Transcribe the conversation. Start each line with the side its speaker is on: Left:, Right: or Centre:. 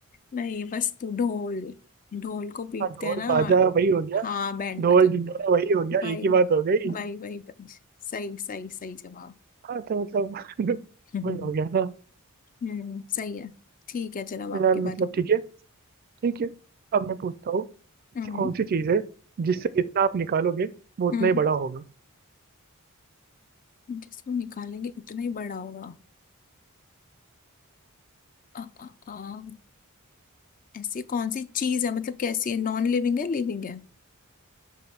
Left: नहीं बस तू ढोल ढोल को पीटते
Right: हाँ ढोल
Left: हैं ना
Right: बाजा वही हो गया
Left: हाँ बैंड
Right: ढोल
Left: बाजन
Right: ढिंडोरा वही हो गया
Left: भाई
Right: एक ही बात हो गई
Left: भाई भाई भाई सही सही सही जवाब
Right: हाँ तो मतलब <laughs>
Left: <laughs>
Right: वही हो गया ना
Left: हम्म सही है ठीक है चल अब
Right: तो
Left: आपकी
Right: यार मतलब
Left: बारी
Right: ठीक है ठीक है अब मैं पूछता हूँ ऐसी
Left: हम्म
Right: कौन सी चीज़ है जिससे जितना आप निकालोगे वो उतना
Left: हम्म
Right: ही बड़ा होगा
Left: जिसको निकालेंगे उतना ही बड़ा होगा आ, आ, आ, ऐसी कौन सी चीज है मतलब कैसी है नॉन लिविंग है लिविंग है